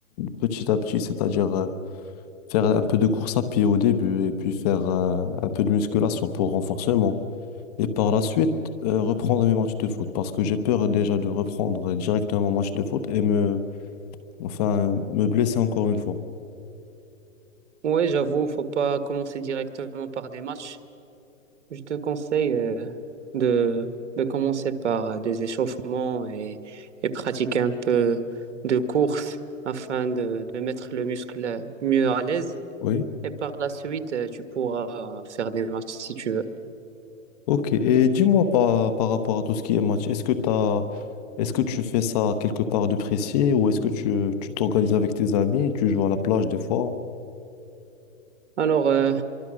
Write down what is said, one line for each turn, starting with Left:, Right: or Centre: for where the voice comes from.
Left: petit à petit, c'est-à-dire euh, faire un peu de course à pied au début et puis faire euh, un peu de musculation pour renforcement et par la suite euh, reprendre mes matchs de foot parce que j'ai peur déjà de reprendre directement un match de foot et me, enfin, me blesser encore une fois.
Right: ouais, j'avoue, faut pas commencer directement par des matchs. Je te conseille euh, de, de commencer par euh, des échauffements et, et pratiquer un peu de course afin de, de mettre le muscle euh, mieux à l'aise.
Left: Oui.
Right: Et par la suite, euh, tu pourras euh, faire des matchs si tu veux.
Left: Ok, et dis-moi par, par rapport à tout ce qui est match, est-ce que t'as, est-ce que tu fais ça quelque part de précis ou est-ce que tu tu t'organises avec tes amis et tu joues à la plage des fois?
Right: Alors, euh,